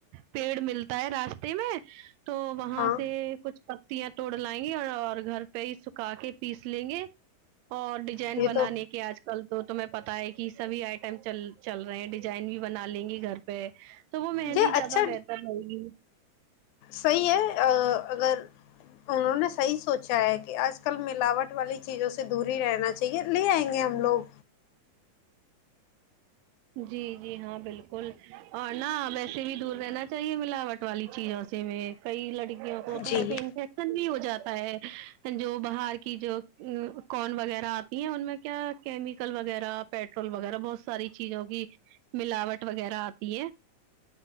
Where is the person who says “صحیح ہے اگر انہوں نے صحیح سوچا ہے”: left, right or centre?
Left